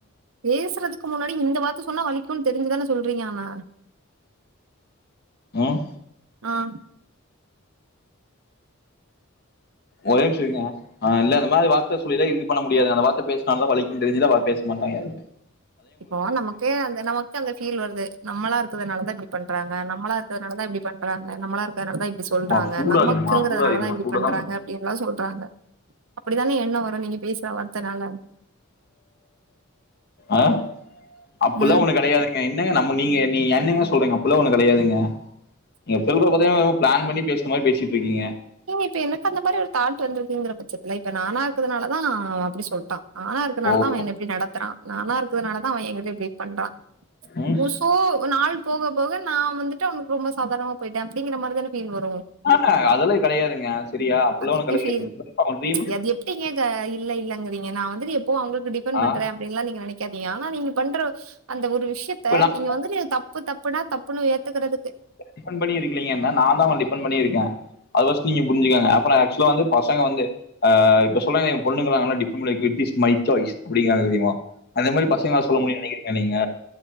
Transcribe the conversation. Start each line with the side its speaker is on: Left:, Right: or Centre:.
Right: பேஸ்றதுக்கு முன்னாடி இந்த வார்த்த சொன்னா வலிக்குன் தெரிஞ்சுதானே சொல்றீங்க ஆனா
Left: ம்
Right: ஆஹ்
Left: ஒரே நிமிஷ்ஷ இருங்க அ இல்ல இந்த மாரி வார்த்த சொல்லிதா இது பண்ண முடியாது அந்த வார்த்த பேஸ்டான்லே வலிக்குன் தெரிஞ்சு தா அவ பேச மாட் பயந்
Right: இப்போ நமக்கே அந்த நமக்கு அந்த ஃபீல் வருது நம்மளா இருக்கறதுனாலதா இப்டி பண்றாங்க நம்மளா இருக்கறதுனாலதா இப்டி பண்றாங்க நம்மளா இருக்கிறதுனாலதா இப்டி சொல்றாங்க
Left: மா சூடாகுதுமா
Right: நமக்குங்கறதுனாலதா
Left: சூடாகுதுமா
Right: இப்டி
Left: சூடதான்
Right: பண்றாங்க அப்டின்லா சொல்றாங்க அப்டிதானே எண்ணோ வரு நீங்க பேசுற வார்த்தனால
Left: ஆஹ் அப்பில்லா
Right: ம்
Left: ஒண்ணு கிடையாதுங்க ஏ என்னங்க நம்ம நீங்க நீங் என்னங்க சொல்றீங்க அப்பிட்லா ஒண்ணு கெடையாதுங்க நீங்க சொல்றத பாத்த எனமோ ப்ளான் பண்ணி பேசுற மாரி பேசிட்ருக்கீங்க
Right: நீங்க இப்ப எனக்கு அந்த மாரி ஒரு தாட் வந்துருக்குங்கிற பட்சத்துல இப்ப நானா இருக்கறதுனாலதா அப்டி சொல்ட்டா நானா இருக்கனால
Left: ஓ
Right: தா அவ என்ன இப்டி நடத்துறா நானா இருக்கிறதுனாலதா அவ எங்கிட்ட இப்டி பண்றா
Left: ம்
Right: உ சோ நாள் போக போக நா வந்துட்டு அவனுக்கு ரொம்ப சாதாரணமா போயிட்டே அப்டிங்கிற மாரி தானே பீல் வரு
Left: ஆஹ் அதெல்லா கெடையாதுங்க சேரியா அப்டில்லா
Right: அது
Left: ஒண்ணு
Right: எப்டி
Left: கெடையாதுங்க
Right: ஃபீல்
Left: அவ ட்ரீமு
Right: அது எப்படிங்க க இல்ல இல்லங்கறீங்க நா வந்தது எப்போ அவங்குளுக்கு டிபெண்ட்
Left: ஆ
Right: பண்றே அப்டின்லா நீங்க நினைக்காதீங்க ஆனா நீங்க பண்ற அந்த ஒரு விஷ் ஷ்யத்த
Left: இப்ப நான்
Right: நீங்க வந்துட்டு தப்பு தப்புனா தப்புன்னு ஏத்துக்குறதுக்கு
Left: டிஃபெண்ட் பண்ணி இருக்கிலீங்கன் தா நா தா உங்கள டிஃபெண்ட் பண்ணி இருக்கே அத ஃபர்ஸ்ட் நீங்க புரிஞ்சுங்க அப்றோ ஆக்சுவலா வந்து பசங்க வந்து ஹ இப்ப சொன்னாங்க எ பொண்ணுங்களா நல்லா <unintelligible> இட்ஸ் மை சாய்ஸ் அப்டிங்கறாங்க தெரியுமா அந்த மாரி பசங்களால் சொல்ல முடியுன் நினைக்கிறீங்கலா நீங்க